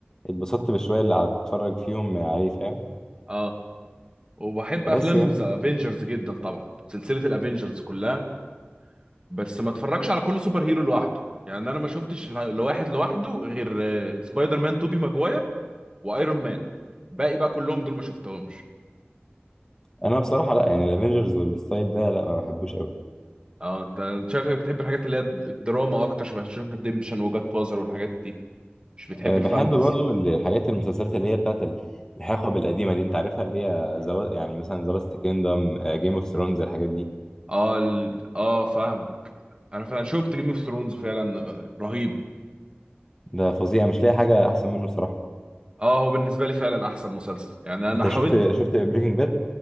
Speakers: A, on the left; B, on the right.
A: اتبسطت بالشويه اللي هتفرج فيهم عليه فاهم
B: اه وبحب
A: بس
B: افلام
A: يعني
B: ذا افنجرز جدا طبعا سلسله الافنجرز كلها بس ما اتفرجش على كل سوبر هيرو لوحده يعني انا ما شفتش ل- لواحد لوحده غير آه، سبايدر مان توبي ماجواير وايرون مان باقي بقى كلهم دول ما شفتهمش
A: انا بصراحه لا يعني الافينجرز والستايل ده لا ما بحبوش قوي
B: اه انت شكلك بتحب الحاجات اللي هي الدراما اكتر شبه شونك ريديمشن وجاد فازر والحاجات دي مش بتحب
A: أه،
B: الفانتزي
A: بحب برضو ال- الحاجات المسلسلات اللي هي بتاعت ال- الحقب القديمة دي انت عارفها اللي هي زلا يعني مثلا ذا لاست كيندم جيم اوف ثرونز الحاجات دي
B: اه ال... اه فاهمك انا فعلا شفت جيم اوف ثرونز فعلا آه، رهيب
A: ده فظيع مش لاقي حاجة احسن منه صراحة
B: اه هو بالنسبه لي فعلا احسن مسلسل يعني انا
A: انت
B: حاولت
A: شفت شفت بريكنج باد